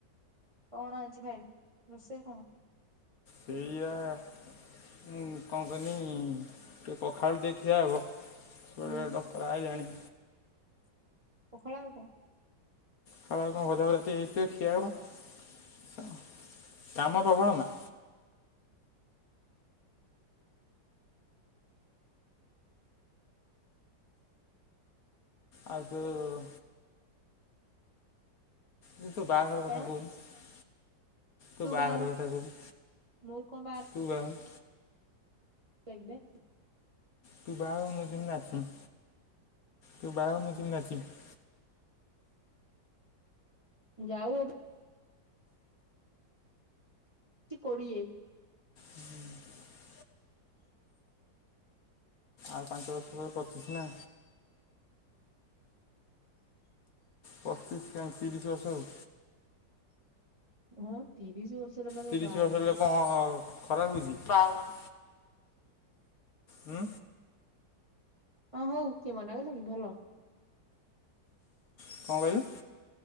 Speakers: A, on the right; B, on the left.
A: କଣ ଆଜି ଖାଇବୁ ରୋଷେଇ କଣ?
B: ତେଇଆ ମୁଁ କଣ କୁହନି ଟିକେ ପଖାଳ ଟିକେ ଖିଆ ହବ କୁଆଡୁ
A: ଉଁ
B: ଡ଼କରା ଆଇଲାଣି।
A: ପଖାଳ ଆଉ କଣ?
B: ପଖାଳ କୁ କଣ ଭଜା ଫଜା ଟିକେ ହେଇଥିବ ଖିଆହବ
A: ହୁଁ
B: କାମ ପ୍ରବଳ ନା। ଆଉ ତୁ ଉ ଉ ତୁ ତୋ ବାହାଘର
A: କଣ?
B: କଥା କହୁନୁ? ତୋର
A: ତୁ
B: ବାହାଘର
A: ବାହାହଉନୁ
B: କଥା କହୁନୁ
A: ମୋର କଣ
B: ତୁ ବାହା ହଉନୁ।
A: କେବେ?
B: ତୁ ବାହା ହ ମୁଁ ଜିମି ନାଚିମି ତୁ ବାହା ହ ମୁଁ ଜିମି ନାଚିବି।
A: ଯାଉ ହବୁ ଠିକ କୋଡ଼ିଏ
B: ହୁଁ। ଆଉ ପାଞ୍ଚ ବର୍ଷ ପରେ ପଚିଶ ନା? ପଚିଶ କାଇଁ ତିରିଶ ବର୍ଷ ହଉ।
A: ହଁ ତିରିଶ ବର୍ଷରେ ବା ସବୁ
B: ତିରିଶ
A: ବାହା
B: ବର୍ଷ
A: ହୁଅନ୍
B: ହେଲେ କଣ ଖରାପ ଭାବୁଚି? ବାହା ହୁଅନି। ଉଁ।
A: ହଁ ହଉ କିଏ ମନା କଲା କି ଭଲ।
B: କଣ କହିଲୁ?